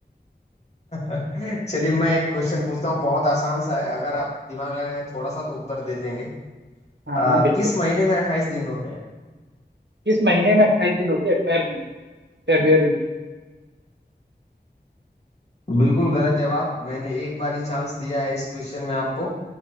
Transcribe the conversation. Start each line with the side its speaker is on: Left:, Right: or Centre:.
Left: <laughs> चलिए मैं एक क्वेश्चन पूछता हूँ बहुत आसान सा है अगर आप दिमाग लगाएंगे थोड़ा सा तो उत्तर दे देंगे
Right: हाँ
Left: आ,
Right: हाँ बिल्कुल
Left: किस महीने में अट्ठाईस दिन होते हैं
Right: किस महीने में अट्ठाईस दिन होते हैं फेब में फेब्रुअरी में
Left: बिल्कुल गलत जवाब मैंने एक बार ही चांस दिया है इस क्वेश्चन में आपको